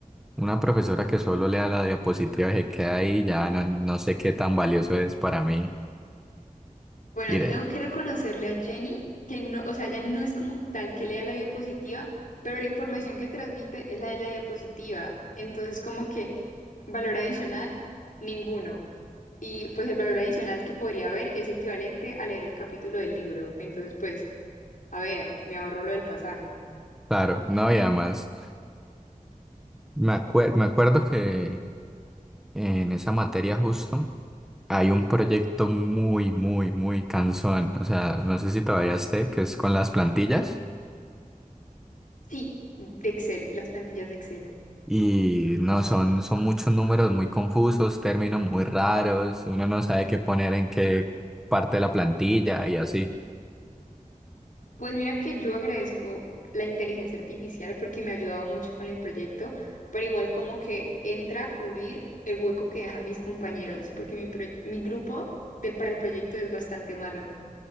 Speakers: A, in the centre; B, on the left (about 70°).
A: una profesora que solo lea la diapositiva y se queda ahí, ya no, no sé qué tan valioso es para mí.
B: Bueno,
A: Iré.
B: tengo que reconocerle a Jenny que no, o sea, ella no es como tal que lea la diapositiva, pero la información que transmite es la de la diapositiva. Entonces, como que valor adicional, ninguno. Y pues el valor adicional que podría haber es equivalente a leer el capítulo del libro. Entonces, pues, a ver, me ahorro lo del pasaje.
A: Claro, no, y además me acue- me acuerdo que en esa materia justo. Hay un proyecto muy, muy, muy cansón. O sea, no sé si todavía esté, que es con las plantillas.
B: Sí, de Excel, las plantillas de Excel.
A: Y no, son, son muchos números muy confusos, términos muy raros. Uno no sabe qué poner en qué parte de la plantilla y así.
B: Pues mira que yo agradezco la inteligencia artificial porque me ha ayudado mucho con el proyecto, pero igual como que entra a cubrir el hueco que dejan mis compañeros, porque mi, proye- mi grupo del, para el proyecto es bastante malo.